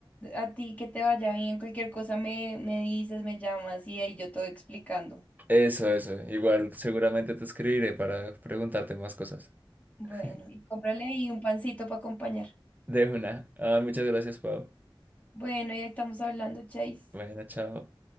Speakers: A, on the left; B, on the right.
A: a ti que te vaya bien, cualquier cosa me, me dices, me llamas y ahí yo te voy explicando.
B: Eso, eso. Igual seguramente te escribiré para preguntarte más cosas.
A: Bueno,
B: <laughs>
A: y cómprale ahí un pancito para acompañar.
B: De una. Ah, muchas gracias, Pau.
A: Bueno, ya estamos hablando, Chase.
B: Bueno, chao.